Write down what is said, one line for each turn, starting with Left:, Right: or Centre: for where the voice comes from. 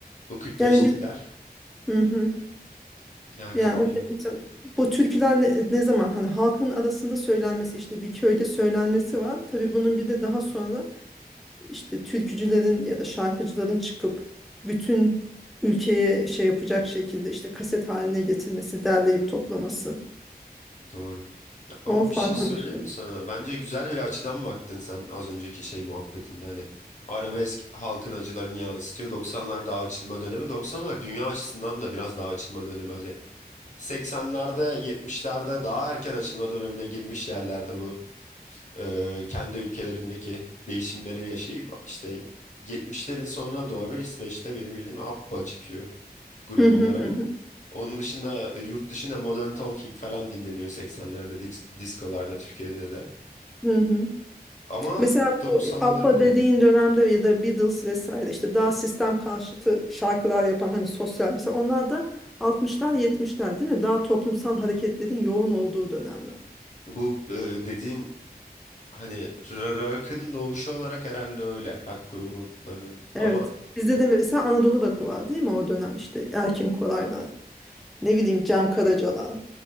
Left: Bu kırk
Centre: Yani
Left: beşlikler
Centre: biz Bugün hı hı.
Left: ne hakim
Centre: Yani
Left: değil.
Centre: o mesela bu türküler ne, ne zaman hani halkın arasında söylenmesi işte bir köyde söylenmesi var. Tabii bunun bir de daha sonra işte türkücülerin ya da şarkıcıların çıkıp bütün ülkeye şey yapacak şekilde işte kaset haline getirmesi, derleyip toplaması.
Left: Doğru.
Centre: O
Left: Ama
Centre: farklı
Left: bir şey söyleyeyim
Centre: bir şey.
Left: mi sana? Bence güzel bir açıdan baktın sen az önceki şey muhabbetinde hani. Arabesk halkın acılarını yansıtıyor. 90'lar daha açılma dönemi. 90'lar dünya açısından da biraz daha açılma dönemi hani. 80'lerde, 70'lerde daha erken açılma dönemine girmiş yerlerde bu Ee, kendi ülkelerindeki değişimleri yaşayıp işte 70'lerin sonuna doğru İsveç'te benim bildiğim ABBA çıkıyor grup
Centre: Hı hı
Left: olarak.
Centre: hı hı.
Left: Onun dışında e, yurt dışında Modern Talking falan dinleniyor 80'lerde disk diskolarda Türkiye'de de.
Centre: Hı hı.
Left: Ama
Centre: Mesela
Left: 90'lara
Centre: bu ABBA
Left: da
Centre: dediğin dönemde ya da Beatles vesaire işte daha sistem karşıtı şarkılar yapan hani sosyal mesela onlar da altmışlar yetmişler değil mi? Daha toplumsal hareketlerin yoğun olduğu dönemler.
Left: bu e, dediğin hani r- rock'ın doğuşu olarak herhalde öyle rock gruplarının
Centre: Evet.
Left: ama
Centre: Bizde de mesela Anadolu Rock'ı var değil mi o dönem işte Erkin Koraylar, ne bileyim Cem Karacalar.